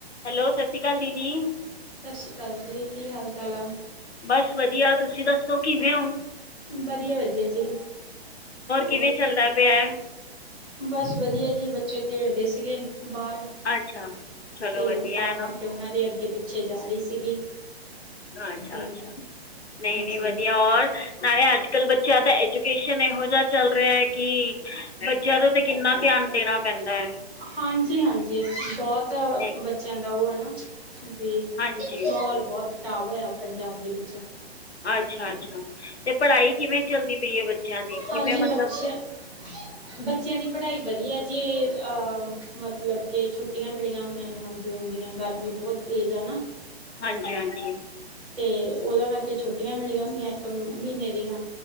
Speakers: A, on the left; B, in the centre.
A: Hello, ਸਤਿ ਸ਼੍ਰੀ ਅਕਾਲ ਦੀਦੀ।
B: ਸਤਿ ਸ਼੍ਰੀ ਅਕਾਲ ਜੀ, ਕੀ ਹਾਲ ਚਾਲ ਆ?
A: ਬਸ ਵਧੀਆ, ਤੁਸੀਂ ਦੱਸੋ ਕਿਵੇਂ ਓ?
B: ਵਧੀਆ-ਵਧੀਆ ਜੀ ਹੋਰ
A: ਕਿਵੇਂ ਚੱਲਦਾ ਪਿਆ ਹੈ
B: ਬਸ ਵਧੀਆ ਜੀ ਬ ਇਹ ਖੇਡਦੇ ਸੀਗੇ ਬਾਹਰ
A: ਅੱਛਾ ਚਲੋ
B: ਤੇ
A: ਵਧੀਆ
B: ਤਾਂ
A: ਹੈ ਨਾ
B: ਕਰਕੇ ਉਹਨਾਂ ਦੇ ਅੱਗੇ-ਪਿੱਛੇ ਪਿੱਛੇ ਜਾ ਰਹੀ ਸੀਗੀ।
A: ਅੱਛਾ
B: ਤੇ
A: ਅੱਛਾ, ਨਈਂ
B: ਹਾਂਜੀ
A: ਨਈਂ ਵਧੀਆ ਹੋਰ ਨਾਲੇ ਅੱਜ-ਕੱਲ੍ਹ ਬੱਚਿਆਂ ਦਾ ਐਜੂਕੇਸ਼ਨ ਇਹੋ ਜਿਹਾ ਚੱਲ ਰਿਹਾ ਐ ਕਿ ਬੱਚਿਆਂ ਤੋਂ ਤੇ ਕਿੰਨਾ ਧਿਆਨ ਦੇਣਾ ਪੈਂਦਾ ਐ।
B: ਹਾਂਜੀ ਹਾਂਜੀ, ਬੋਤ
A: ਨਹੀਂ
B: ਬੱਚਿਆਂ ਦਾ ਉਹ ਐ ਨਾ ਵੀ
A: ਹਾਂਜੀ
B: ਮਾਹੌਲ ਬੋਤ ਖ਼ਰਾਬ ਹੋਇਆ ਪੰਜਾਬ ਦੇ ਵਿੱਚ।
A: ਅੱਛਾ ਅੱਛਾ ਤੇ ਪੜ੍ਹਾਈ ਕਿਵੇਂ ਚੱਲਦੀ ਪਈ ਐ ਬੱਚਿਆਂ ਦੀ ਕਿਵੇਂ
B: ਹਾਂਜੀ
A: ਮਤਲਬ
B: ਬੱਚਿਆਂ ਬੱਚਿਆਂ ਦੀ ਪੜ੍ਹਾਈ ਵਧੀਆ ਜੇ ਅਹ ਮ ਮਤਲਬ ਕਿ ਛੁੱਟੀਆਂ ਮਿਲੀਆਂ ਹੋਈਆਂ ਨੇ ਹੁਣ ਜੂਨ ਦੀਆਂ ਗਰਮੀ ਬਹੁਤ ਤੇਜ਼ ਆ ਨਾ।
A: ਹਾਂਜੀ ਹਾਂਜੀ।
B: ਤੇ ਉਹਦਾ ਕਰਕੇ ਛੁੱਟੀਆਂ ਮਿਲੀਆਂ ਹੋਈਆਂ ਇੱਕ ਮਹੀਨੇ ਦੀਆਂ